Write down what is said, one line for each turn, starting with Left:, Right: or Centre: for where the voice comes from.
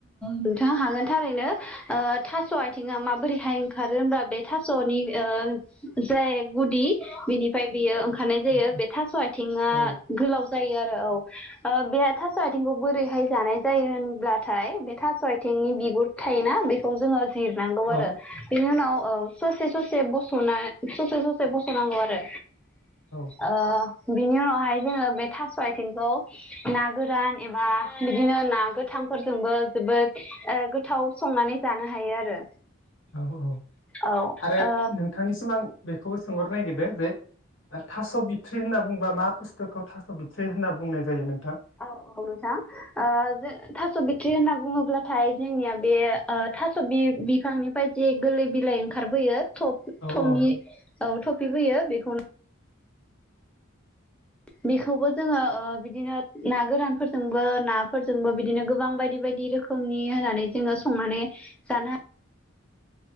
Centre: नोंथांङा हागोन थारैनो ओ थास' आथिंङा माबोरैहाय ओंखारो होमबा बे थास'नि ओ जाय गुदि बिनिफ्राय बियो ओं खानाय जायो
Left: औ
Centre: बे थास' आथिंङा
Left: औ
Centre: गोलाव जायो आरो। औ ओ बे थास' आथिंखौ बोरैहाय जानाय जायो होनब्ला थाइ बे थास' आथिंनि बिगुर थायोना बेखौ जोंङो जिर नांगौ
Left: औ
Centre: आरो बिनि उनाव औ ससे ससे बस'ना ससे ससे बस'नांगौ आरो।
Left: औ
Centre: ओ बिनि उनावहाय जोङो बे थास' आथिंखौ ना गोरान एबा बिदिनो ना गोथां फोरजोंबो जोबोद गोथाव संनानै जानो हायो आरो।
Left: औ औ
Centre: औ ओ
Left: आरो नोंथांनिसिम आं बेखौबो सोंहरनो नागिरदों जे थास' बिथ थ्रि होनना बुंबा मा बुस्थुखौ थास' बिथ्रि होनना बुंनाय जायो नों
Centre: औ औ नोंथां ओ जे थास' बिथ्रि होना बुङोब्लाथाय जोंनिया बे ओ थास' बि बिफांनिफ्राय जे गोरलै बिलाइ ओंखारबोयो। थौव
Left: औ
Centre: थमि
Left: औ
Centre: औ थौ फिबोयो बेखौनो बेखौबो जोङो बिदिनो ना गोरानफोरजोंबो नाफोरजोंबो बिदिनो गोबां बायदि बायदि रोखोमनि होनानै जोङो संनानै जानो